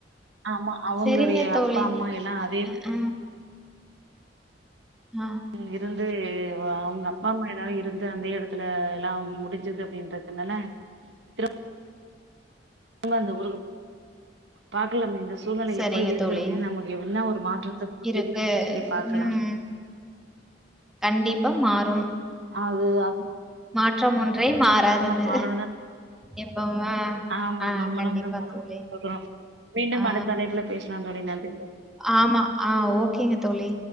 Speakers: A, on the right; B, in the centre.
A: ஆமா அவங்களுடைய
B: சரிங்க தோழி.
A: அப்பா அம்மா எல்லா அதே
B: அ
A: ஊர்ல இருந்து
B: ஆ
A: ம் இருந்து வ அவங்க அப்பா அம்மா எல்லாரு இருந்த அந்த எடத்துல எல்லாம் முடுஞ்சுது அப்டின்றதுனால திருவ நம்ம இந்த ஊருக்கு பாக்கலா நீங்கஸ் சூழ்நெலை
B: சரிங்க
A: எப்டி இருக்கு
B: தோழி.
A: அப்டின் நமக்கு என்ன ஒரு ன்றது அப்ப
B: இருக்கு.
A: தெரியு சொல்லி பாக்கலா
B: ம். கண்டிப்பா மாறும்
A: து அது
B: மாற்றம் ஒன்றே மாறாதது
A: ஆமா மாறணும்தான்
B: எப்பவுமா
A: ஆமா
B: ஆ
A: நம்மளும்
B: கண்டிப்பா
A: வந்து
B: தோழி
A: மாறிக்கிறோம் மீண்டும்
B: ஆ
A: அடுத்த அழைப்புல பேசலாம் தோழி நன்றி
B: ஆமா ஆ ஓகேங்க தோழி